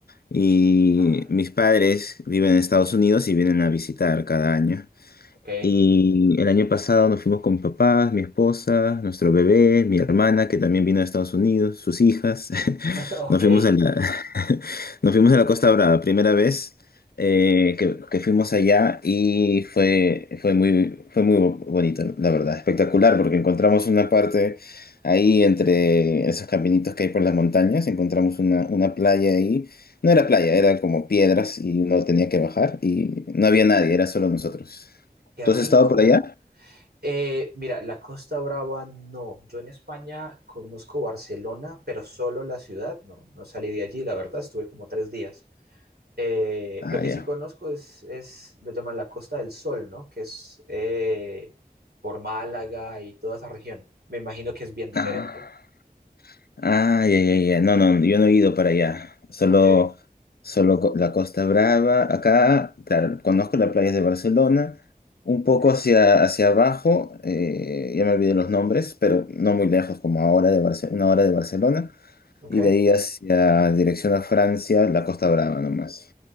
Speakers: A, on the left; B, on the right.
A: y
B: Ah,
A: mis padres viven en Estados Unidos y vienen a visitar cada año.
B: ok,
A: Y el año pasado nos fuimos con mis papás, mi esposa, nuestro bebé, mi hermana que también vino de Estados Unidos, sus hijas. <laughs>
B: <laughs> ok,
A: Nos fuimos a la, <laughs> nos fuimos a la Costa Brava, primera vez eh, que, que fuimos allá y fue, fue muy, fue muy bo- bonito, la verdad, espectacular porque encontramos una parte ahí entre esos caminitos que hay por las montañas, encontramos una, una playa ahí. No era playa, era como piedras y uno tenía que bajar y no había nadie, era solo nosotros.
B: qué
A: ¿Tú
B: rico.
A: has estado por allá?
B: Eh, mira, la Costa Brava no. Yo en España conozco Barcelona, pero solo la ciudad, no, no salí de allí, la verdad, estuve como tres días. Eh,
A: Ah,
B: lo que
A: ya.
B: sí conozco es, es, lo llaman la Costa del Sol, ¿no? Que es eh, por Málaga y toda esa región. Me imagino que es bien diferente.
A: Ah, ah, ya, ya, ya. No, no, yo no he ido para allá. Solo,
B: Ok,
A: solo co- la Costa Brava. Acá, claro, conozco las playas de Barcelona. Un poco
B: ok,
A: hacia, hacia abajo, eh, ya me olvidé los nombres, pero no muy lejos, como a hora de Barce- una hora de Barcelona.
B: ok.
A: Y de ahí hacia dirección a Francia, la Costa Brava nomás.